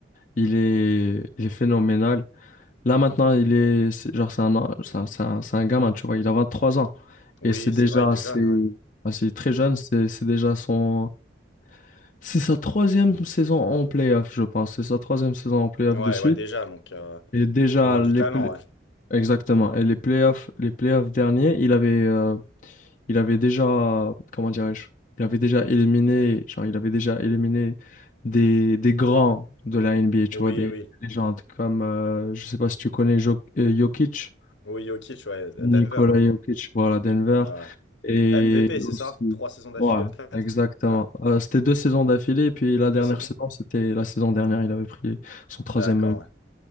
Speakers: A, on the left (about 40°); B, on the left (about 70°).
A: il est, il est phénoménal. Là, maintenant,
B: Mm.
A: il est... c'est- Genre, c'est un... an- c'est un... c'est un c'est un gamin, tu vois. Il a 23 ans. Et
B: Oui,
A: c'est déjà
B: c'est vrai, il
A: assez...
B: est jeune, ouais.
A: assez très jeune. C'est c'est déjà son... C'est sa troisième saison en playoff, je pense. C'est sa troisième saison en playoff
B: Mm. Ouais,
A: de suite.
B: ouais, déjà, donc euh,
A: Et déjà,
B: ils ont
A: les,
B: du talent,
A: pla-
B: ouais.
A: Exactement. Et les playoffs, les playoffs derniers, il avait, euh, il avait déjà, comment dirais-je, il avait déjà éliminé, genre, il avait déjà éliminé des, des grands de la NBA, tu
B: Oui,
A: vois, des
B: oui.
A: légendes comme, euh, je sais pas si tu connais Jo- euh, Jokic,
B: Oui, Jokic, ouais,
A: Nikola
B: à Denver, ouais.
A: Jokic, voilà, Denver,
B: Ah
A: et
B: ouais. MVP, c'est
A: aussi,
B: ça? Trois saisons d'affilée,
A: ouais,
B: peut-être?
A: exactement.
B: Ouais,
A: Euh, c'était deux saisons d'affilée, et puis la dernière
B: deux saisons.
A: saison, c'était la saison dernière, il avait pris son troisième
B: D'accord, ouais.